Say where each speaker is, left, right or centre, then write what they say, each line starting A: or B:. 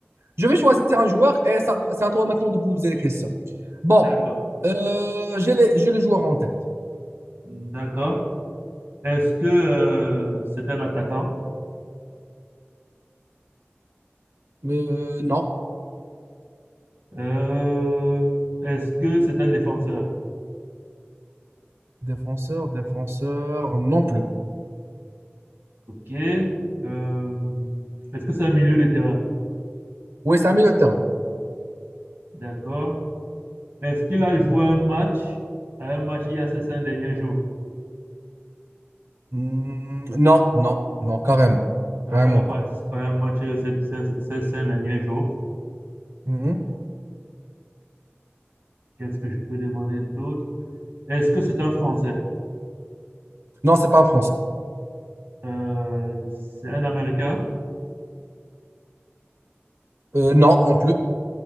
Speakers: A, on the right; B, on the right.
A: Je vais choisir un joueur et ça- c'est à toi maintenant de poser les questions. Bon,
B: D'accord,
A: euh, j'ai les- j'ai le joueur en tête.
B: d'accord. Est-ce que euh, c'est un attaquant?
A: Euh, non.
B: Euh, est-ce que c'est un défenseur?
A: Défenseur, défenseur, non plus.
B: Ok. Euh, est-ce que c'est un milieu de terrain?
A: Oui, c'est un milieu de terrain.
B: D'accord. Est-ce qu'il a joué un match à un match il y a ces cinq derniers jours?
A: Hmm, non, non, non, carrément.
B: Donc,
A: Carrément
B: il n'a pas participé
A: pas.
B: à un match euh, ces cinq ces cinq derniers jours.
A: Mhm.
B: Qu'est-ce que je peux demander d'autre? Est-ce que c'est un Français?
A: Non, c'est pas un Français.
B: Euh, c'est un Américain?
A: Euh, non, non plus.